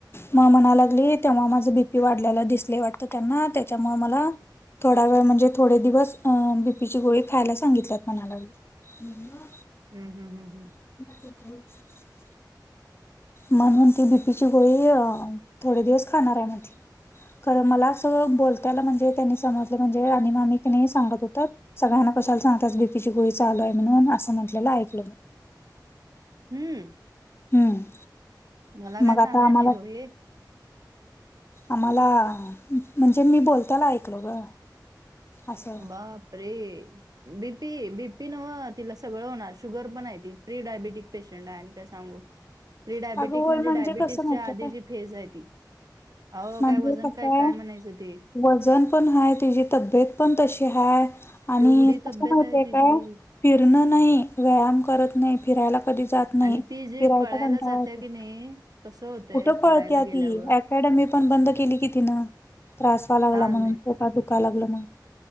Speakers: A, on the left (about 30°); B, on the right (about 55°).
A: मग म्हणा लागली तेव्हा माझं बीपी वाढल्याला दिसले वाटत त्यांना त्याच्यामु मला थोडा वेळ म्हणजे थोडे दिवस अ बीपीची गोळी खायला सांगितल्यात मणाला मवा
B: हूं हूं हूं हूं
A: <unintelligible> म्हणून ती बीपीची गोळी य थोडे दिवस खाणार आहे म्हटली कारण मला अस बोलताला म्हणजे त्यांनी समजलं म्हणजे आणि मामी की नाही सांगत होतात. सगळ्यांना कशाला सांगतास बीपीची गोळी चालूय म्हणून असं म्हटलेलं ऐकलो मी
B: हम्म
A: हम्म
B: मला काय
A: मग
B: सांगाय
A: आता आम्हाला
B: नाहीत हो हे
A: आम्हाला म्हणजे मी बोलताला ऐकलो ग असं
B: बापरे! बीपी बीपी नव्ह तिला सगळं होणार शुगर पण आहे ती प्री डायबेटिक पेशंट आहे आणि काय सांगू प्री डायबेट
A: अगं होय
B: म्हणजे डायबिटीच्या
A: कसं माहितीये
B: आधीजी
A: काय
B: फेज आहे ती अहो
A: म्हणजे
B: काय वजन
A: कसं
B: काय काय
A: आहे
B: म्हणायचं ते
A: वजन पण हाय तिजी तब्येत पण तशी हाय - आणि
B: केवढी
A: कसं
B: तब्येत
A: माहितय
B: आहे तिची
A: काय फिरणं नाही व्यायाम करत नाही फिरायला कधी जात फिरायच
B: आणि ती जी पळायला
A: कंटाळा
B: जाते
A: येतोय
B: की नाही कसं होतंय
A: कुठ पळतीया
B: पळायला गेल्यावर
A: ती ऍक मॅडम मी पण बंद केली की तीन त्रास व्हयला लागला
B: हा
A: म्हणून
B: नाही
A: पोटात दुखायला लागला म्हणून